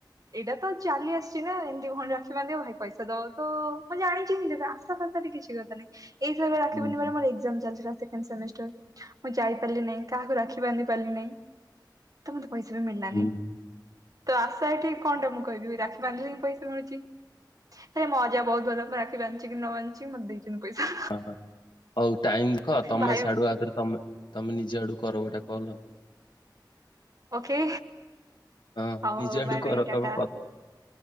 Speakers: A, on the right; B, on the left.
A: ଏଇଟା ତ ଚାଲି ଆସିଛି ନା ଏମିତି ଭଉଣୀ ରାକ୍ଷୀ ବାନ୍ଧି ଭାଇ ପଇସା ଦବ ତ ମୁଁ ଜାଣିଛିିଁ ଦେବେ ଆଶା ଫାତା ଟିକ କିଛି କିଛି ଦରକାର ନାହିଁ ଏଇ <unintelligible> ରାକ୍ଷୀ
B: ହୁଁ
A: ପୂଣ୍ଣିମା
B: ହୁଁ
A: ରେ ମୋର ଏକଜାମ ଚାଲି ଥିଲା ସେକେଣ୍ଡ ସେମି ମୁଁ ଯାଇପାରିଲି ନାହିଁ କାହାକୁ ରାକ୍ଷୀ ବାନ୍ଧି ପାରିଲି ନାହିଁ ତ ମତେ ପଇସା ବି ମିଳିଲାନି
B: ହୁଁ ହୁଁ
A: ତ ଆଶା ଏଠିକି କଣଟା ମୁଁ କହିବି ରାକ୍ଷୀ ବାନ୍ଧିଲି ହି ପଇସା ମିଳୁଛି ହେଲେ ମଜା ବହୁତ ଭଲ ମୁଁ ରାଖିବାନ୍ଧି ଚିକି ନ ବାନ୍ଧିଚି ମତେ ଦେଇଚନ୍ତି ପଇସା
B: ହ ହଉ ଟାଇମ ଦେଖ ତମେ
A: ଭାଇ
B: ସାଢୁ ଆଗରେ ତମେ ତମେ ନିଜେ ଆଡ କର ଗୋଟେ କଲ ଆଉ
A: ଓକେ
B: ହଁ
A: ହଉ
B: ନିଜେ
A: ହଉ
B: ଆଡୁ
A: ବାଏ
B: କର
A: ବାଏ ଟାଟା
B: ତମ କ